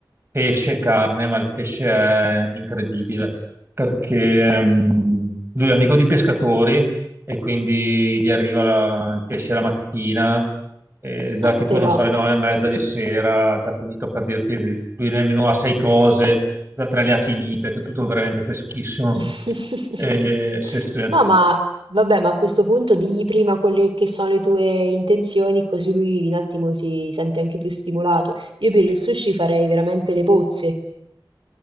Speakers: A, on the right; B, on the right.
A: pesce, carne, ma il pesce è incredibile perché mm, lui è amico di pescatori e quindi gli arriva la- il pesce la mattina, e già
B: Ah,
A: tipo,
B: però.
A: non so, alle nove e mezza di sera, ha già finito per dirti, lui nel menù ha sei cose, già tre le ha finite, è tutto veramente freschissimo.
B: <laughs>
A: E, se, se-
B: No, ma vabbè, ma a questo punto digli prima quelle che sono le tue intenzioni, così lui un attimo si sente anche più stimolato. Io per il sushi farei veramente le pozze.